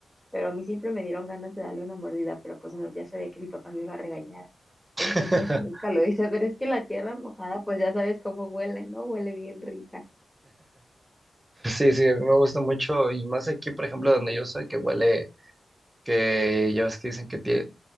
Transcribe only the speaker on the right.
<laughs>
Sí, sí, a mí me gusta mucho y más aquí, por ejemplo, donde yo soy, que huele, que ya ves que dicen que tie-